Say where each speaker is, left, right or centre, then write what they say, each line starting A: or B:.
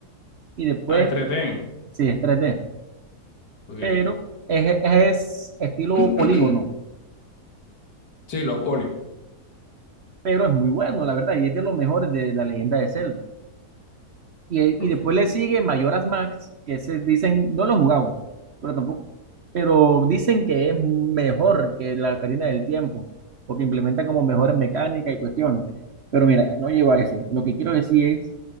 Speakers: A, on the right; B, on the left.
A: y después
B: Ah, Estreten.
A: sí es 3D,
B: Ok.
A: pero es, es estilo
B: <clears throat>
A: polígono,
B: Sí, lo poli.
A: pero es muy bueno, la verdad, y es de los mejores de la leyenda de Zelda. Y,
B: Ok.
A: y después le sigue Mayoras Max, que se dicen, no lo he jugado, pero tampoco, pero dicen que es mejor que la Ocarina del Tiempo, porque implementa como mejores mecánicas y cuestiones. Pero mira, no llego a eso. Lo que quiero decir es,